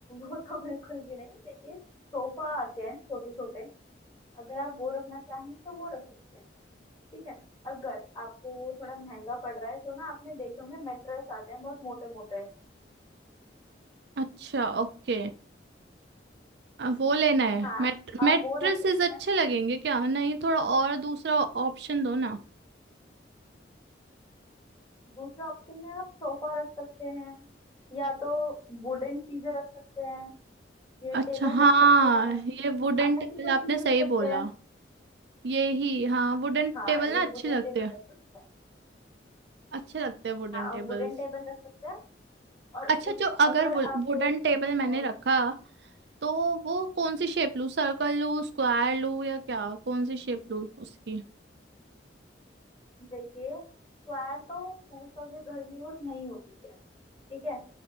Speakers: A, on the left; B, on the right.
A: वो तो बिल्कुल भी नहीं देखिए सोफा आते हैं छोटे छोटे अगर आप वो रखना चाहें तो वो रख सकते हैं ठीक है अगर आपको वो थोड़ा महंगा पड़ रहा है तो ना आपने देखे होंगे मेट्रेस आते हैं बहुत मोटे मोटे
B: अच्छा ओके वो लेना है
A: हाँ
B: मैट
A: आप
B: मैट्रेसेस
A: वो रख सकते
B: अच्छे
A: हैं
B: लगेंगे क्या नहीं थोड़ा और दूसरा ऑप्शन दो ना
A: दूसरे ऑप्शन में आप सोफा रख सकते हैं या तो वुडन चीजें रख सकते हैं ये
B: अच्छा
A: टेबल
B: हाँ
A: रख सकते हैं
B: ये वुडन
A: आप
B: टेबल
A: ऐसी कोई
B: आपने
A: चीज
B: सही
A: रख सकते
B: बोला
A: हैं
B: ये ही हाँ वुडन
A: हाँ
B: टेबल
A: ये
B: ना अच्छे
A: वुडन
B: लगते
A: टेबल
B: हैं
A: रख सकते हैं
B: अच्छे लगते हैं वुडन
A: हाँ
B: टेबल्स
A: वुडन टेबल रख सकते हैं और
B: अच्छा
A: उस
B: जो अगर
A: अगर
B: वुडन
A: आप
B: टेबल मैंने
A: अ,
B: रखा तो वो कौन सी शेप लूँ सर्कल लूँ स्क्वायर लूँ या क्या कौन सी शेप लूँ उसकी
A: देखिए स्क्वायर तो मोस्ट ऑफ द घर में यूज नहीं होती है ठीक है